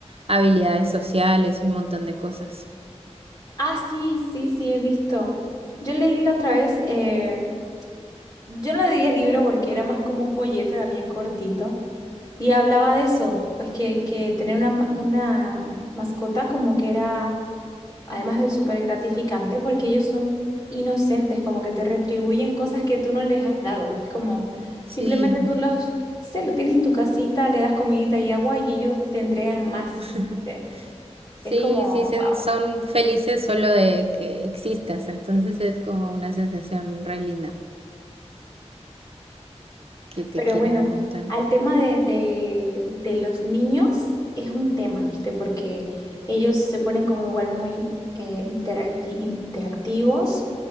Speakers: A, on the right; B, on the left.
A: habilidades sociales y un montón de cosas.
B: Ah, sí, sí, sí, he visto. Yo leí la otra vez, eh, yo no le diría libro porque era más como un folleto, era bien cortito, y hablaba de eso, pues que, que tener una, ma- una mascota como que era además de súper gratificante, porque ellos son inocentes, como que te retribuyen cosas que tú no les has dado. Es como simplemente
A: Sí,
B: tú los, se lo tienes en tu casita, le das comidita y agua y ellos te entregan más.
A: <laughs>
B: ¿viste?
A: sí,
B: Es como,
A: sí, sen-
B: wow.
A: son felices solo de que existas, entonces es como una sensación re linda, que te
B: Pero
A: quieren
B: bueno,
A: un montón.
B: al tema de, de, de los niños es un tema, ¿viste? Porque ellos se ponen como igual muy eh, interacti- interactivos.